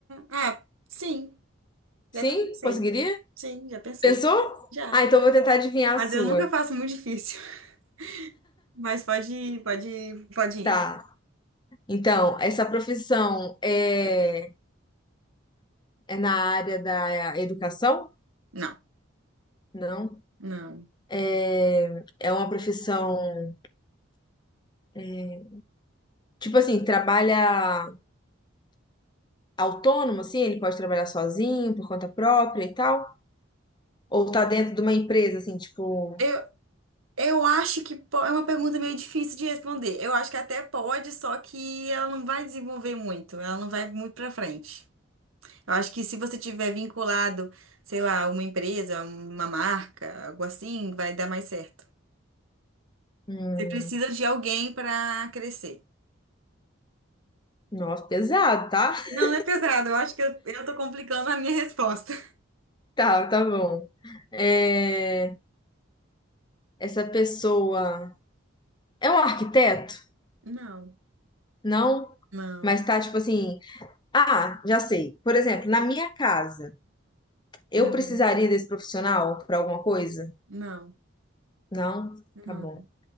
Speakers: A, on the right; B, on the left.
A: Ah, sim,
B: Sim?
A: já até pensei.
B: Conseguiria?
A: Sim, já pensei.
B: Pensou?
A: Já.
B: Ah, então eu vou tentar adivinhar
A: Mas
B: a sua.
A: eu nunca faço muito difícil. <laughs> Mas pode, pode, pode ir.
B: Tá. Então, essa profissão é, é na área da educação?
A: Não.
B: Não.
A: Não.
B: É, é uma profissão, hum, tipo assim, trabalha autônomo, assim, ele pode trabalhar sozinho, por conta própria e tal. Ou tá dentro de uma empresa, assim, tipo,
A: Eu, eu acho que po- é uma pergunta meio difícil de responder. Eu acho que até pode, só que ela não vai desenvolver muito, ela não vai muito para frente. Eu acho que se você tiver vinculado, sei lá, uma empresa, uma marca, algo assim, vai dar mais certo.
B: hum,
A: Você precisa de alguém para crescer.
B: nossa, pesado, tá? <laughs>
A: Não, não é pesado. Eu acho que eu, eu tô complicando a minha resposta.
B: Tá, tá bom. É, essa pessoa é um arquiteto?
A: Não,
B: Não,
A: não,
B: mas tá tipo assim, ah, já sei. Por exemplo, na minha casa, eu
A: uhum,
B: precisaria desse profissional para alguma coisa?
A: não,
B: Não, tá
A: não.
B: bom.